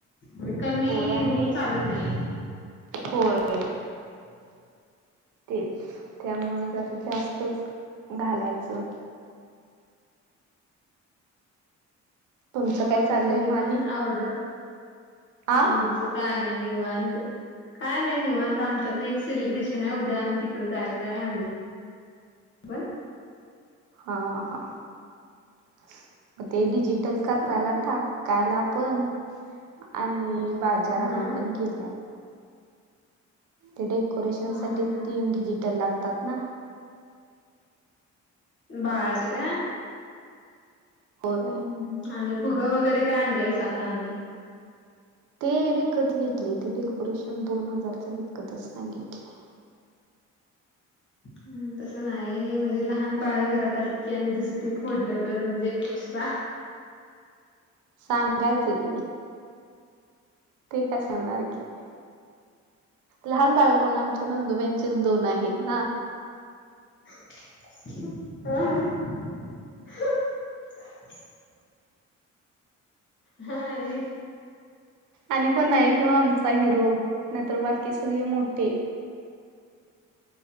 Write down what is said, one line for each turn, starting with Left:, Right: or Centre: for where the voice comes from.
Left: ओय कमी
Right: होय
Left: येऊन
Right: आणि
Left: चालत नाही.
Right: होय. तेच त्यामुळं जरा जास्तच घालायचं. तुमचं
Left: मज
Right: काय चाललंय
Left: म्हणजे
Right: म
Left: का
Right: आणि
Left: न ऑर्डर
Right: आ
Left: आमचं काय नाय निवांत. काय नाही निवांत आमच्या तर एक सेलिब्रेशन आहे उद्या आम्ही तिकडे जायचंय आम्ही पण
Right: हा हा. मग ते डिजिटल करायला
Left: बाकी
Right: टा कायला पण आणि बाजारान
Left: हा
Right: पण केल्या. ते डेकोरेशन
Left: हा
Right: साठी
Left: हा
Right: तीन डिजिटल लागतात ना.
Left: बाळाचे काय
Right: होर
Left: हम्म, आणि फुगं वगैरे काय आणलायसा का आणि?
Right: ते विकत घेतले ते डेकोरेशन दोन हजारचं विकतच सगितले
Left: ह तसं नाही म्हणजे लहान बाळ घरात आलेत की आणि दुसरी फोडलं तर म्हणजे एक्स्ट्रा
Right: सांगायचं की ठीक आहे नाकी लहान बाळकोूनम छानुनदुब्यांचेच दोन आहेत ना
Left: <unintelligible> हा आणि
Right: आणि कोण नाही घिऊ आमचा हिरो नाहीतर बाकी सगळी मोटे